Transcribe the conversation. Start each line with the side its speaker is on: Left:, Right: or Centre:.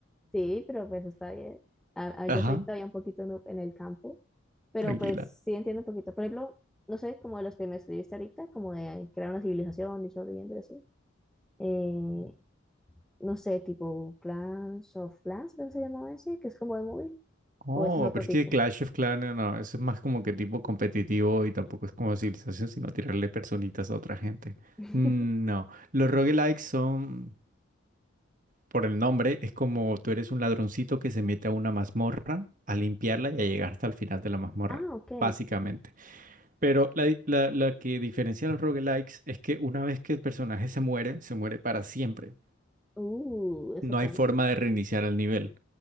Centre: sí, pero pues está bien. Ah, ah, yo
Right: Ajá,
Centre: soy todavía un poquito noob en el campo, pero
Right: tranquila.
Centre: pues sí entiendo un poquito. Por ejemplo, no sé, como de los que me estuviste ahorita, como de crear una civilización y sobreviviendo y así. eh, no sé, tipo Clash of Clans, creo que se llamaba ese, que es como de móvil,
Right: Oh,
Centre: o ese es otro
Right: pero es
Centre: tipo.
Right: que Clash of Clans, no, no, eso es más como que tipo competitivo y tampoco es como civilización, sino tirarle personitas a otra gente.
Centre: <laughs>
Right: Mm, No, los roguelikes son, por el nombre, es como tú eres un ladroncito que se mete a una mazmorra a limpiarla y a llegar hasta el final de la mazmorra,
Centre: Ah, ok.
Right: básicamente. Pero la, di- la, la que diferencia a los roguelikes es que una vez que el personaje se muere, se muere para siempre.
Centre: Uh, eso
Right: No
Centre: también.
Right: hay forma de reiniciar el nivel.